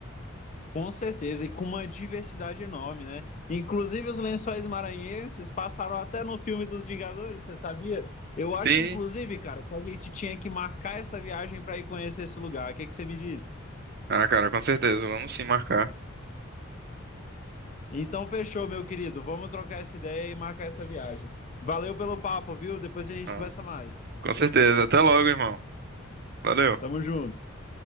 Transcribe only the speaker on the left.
Com certeza, e com uma diversidade enorme, né? Inclusive os lençóis maranhenses passaram até no filme dos Vingadores, você sabia? Eu acho,
inclusive, cara, que a gente tinha que marcar essa viagem para ir conhecer esse lugar. O que que você me diz?
Então, fechou, meu querido. Vamos trocar essa ideia e marcar essa viagem. Valeu pelo papo, viu? Depois a gente
conversa mais.
Tamo junto.